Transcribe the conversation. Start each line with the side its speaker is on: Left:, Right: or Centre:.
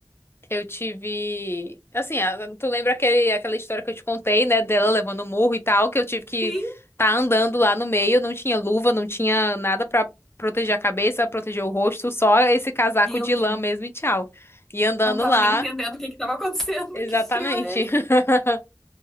Left: eu tive assim, a- tu lembra aquele aquela história que eu te contei, né, dela levando o murro e tal, que eu tive que
Centre: Sim.
Left: tá andando lá no meio, não tinha luva, não tinha nada pra proteger a cabeça, proteger o rosto, só esse casaco
Centre: Meu
Left: de
Centre: Deus.
Left: lã mesmo e tchau. E andando
Centre: Não tava
Left: lá,
Centre: nem entendendo o que que tava acontecendo.
Left: exatamente.
Centre: <laughs> Que frio é esse?
Left: <laughs>